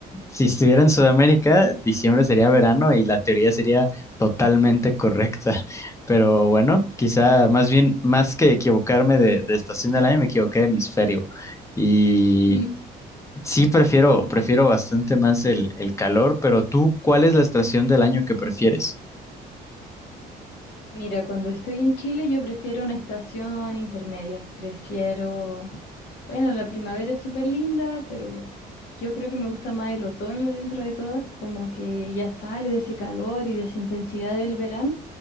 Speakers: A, on the left; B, on the left.
A: si estuviera en Sudamérica, diciembre sería verano y la teoría sería totalmente correcta. Pero bueno, quizá más bien, más que equivocarme de, de estación del año, me equivoqué de hemisferio. Y.
B: Mm.
A: Sí, prefiero, prefiero bastante más el, el calor, pero tú, ¿cuál es la estación del año que prefieres?
B: Mira, cuando estoy en Chile yo prefiero una estación intermedia, prefiero Bueno, la primavera es súper linda, pero yo creo que me gusta más el otoño dentro de todas, como que ya sale de ese calor y de esa intensidad del verano